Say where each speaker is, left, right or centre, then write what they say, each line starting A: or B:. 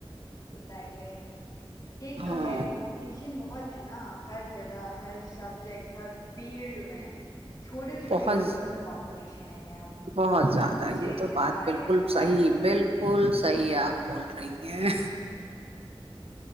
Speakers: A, on the left; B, on the right.
A: بتائیے یہی
B: ہاں
A: تو ہے کمپٹیش شن بہت ہے نا ہر جگہ ہر سبجیکٹ ہر فیلڈ میں چھوٹے سے چھوٹے
B: بہت
A: کلاسز میں تو کمپٹیشن ہے اب
B: بہت زیادہ
A: بچے
B: یہ
A: اتنے
B: تو بات
A: سارے
B: بالکل
A: ہیں
B: صحیح
A: ہر
B: بالکل بول صحیح آپ بول رہی ہیں